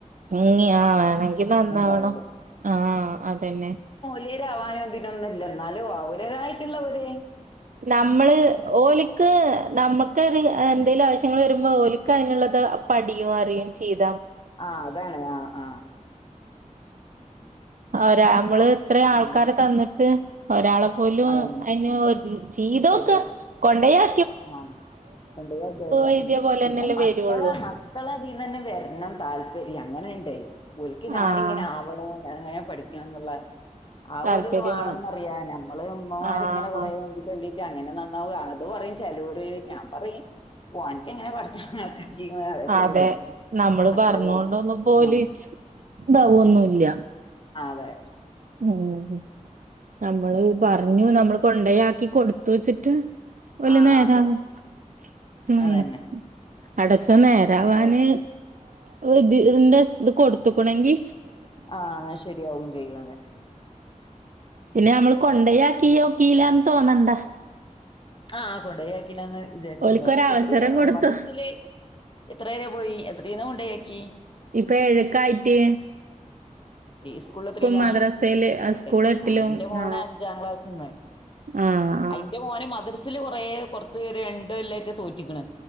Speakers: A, on the right; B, on the left.
A: ഉ ആ വേണെങ്കി നന്നാവണോ
B: പറയല്.
A: ആ അതന്നെ.
B: <unintelligible> ഇതിനൊന്നും ഇല്ല എന്നാലും ആവും വേറായിട്ട്ള്ള വിട്
A: നമ്മള് ഓലിക്ക് നമ്മുക്കരു എന്തേലും ആവശ്യങ്ങ വരുമ്പോ ഓലിക്ക അതിനുള്ളത് പടിയും അറിയുയും ചെയ്യും.
B: ആ അതാണ് ആഹ് ആ
A: ആരാ നമ്മള്. ഇത്രയും ആൾക്കാരെ
B: അങ്ങനത്തെ
A: തന്നിട്ട് ഒരാളെപ്പോലും
B: അതന്നെ
A: അയിന് ഒര് ചീതൊക്കെ
B: ശരിയാണ്
A: കൊണ്ടയാ
B: ആ <unintelligible>
A: എഴുതിയ പോലെന്നെല്ലേ
B: പിന്നെ മക്കളെ
A: വരുള്ളൂ
B: മക്കളെ അധീന്നെ വരണം. താല്പര്യം അങ്ങനെണ്ട് ഒലക്ക് ഞാനിങ്ങനെ
A: ആഹ്
B: ആവണോ. എങ്ങനെ പഠിക്കണന്നുള്ള ആ
A: താല്പര്യമാണ്
B: ഒരിതുവാണെന്നറിയാ നമ്മള് ഉമ്മമാരിങ്ങനെ
A: ആഹ്
B: കൊറെ ഉന്തി തള്ളി അങ്ങനെ നന്നാവുംത് പറയും ചലൂര് ഞാൻ പറയും <unintelligible> അതേപോലെ
A: അതെ
B: വരും
A: നമ്മള്
B: അത്രേ
A: പറഞ്ഞൊണ്ടൊന്നുപ്പോല്
B: ഉള്ളൂ ആ
A: ഉണ്ടാവൊന്നുല്ല.
B: ആ അതെ
A: ഉം നമ്മള് പറഞ്ഞു
B: അങ്ങനൊക്കെ
A: നമ്മള് കൊണ്ടോയി ആക്കികൊടു ത്തു വെച്ചിട്ട് ഓല്
B: ആഹ്
A: നേരാവുന്നുല്ല
B: അതെ അതന്നെ
A: അടച്ചു സന്നറാവന
B: നേരെ
A: <unintelligible> ഒരുഇതിൻ്റെ ഇത് കൊടുത്തക്കണൊങ്കി
B: ആ ശരിയാവും ചെയ്യും അതെന്നെ
A: പിന്നെ നമ്മൾ കൊണ്ടയാക്കിയോകില്ലാം തോന്നണ്ട
B: ആ കൊണ്ടോയി ആക്കിലാന്ന് വിചാരിച്ചിണ്ട്
A: ഓൽക്കൊരവസരം
B: എത്രയും
A: കൊടുത്തു
B: മദ്രസില് എത്ര വരെ പോയി എത്രയിന കൊണ്ടോയാക്കി
A: ഇപ്പൊ എഴ്ക്കായി റ്റ്
B: സ്കൂള് എത്രല്ലാ
A: മദ്രസയില്
B: എട്ടക്ക്
A: സ്കൂൾ എട്ടിലും
B: ആ എന്റെ മോന്
A: ആ
B: അഞ്ചാം ക്ലാസ്ന്ന്
A: ആ ആ
B: അന്റെ മോനെ മദ്രസ് ച്ചൽ കുറേ കുറച്ച് പേര് രണ്ടുകൊല്ലായിട്ട് തോറ്റ്ക്കണ്